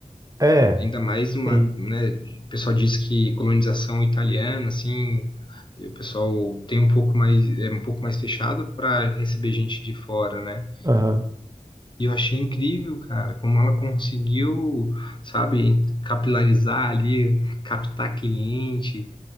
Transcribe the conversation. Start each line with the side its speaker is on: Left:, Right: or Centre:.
Right: É,
Left: Ainda mais uma,
Right: sim.
Left: né? O pessoal diz que colonização italiana, assim, e o pessoal tem um pouco mais, é um pouco mais fechado para receber gente de fora, né?
Right: Aham.
Left: E eu achei incrível, cara, como ela conseguiu, sabe, capilarizar ali, captar cliente,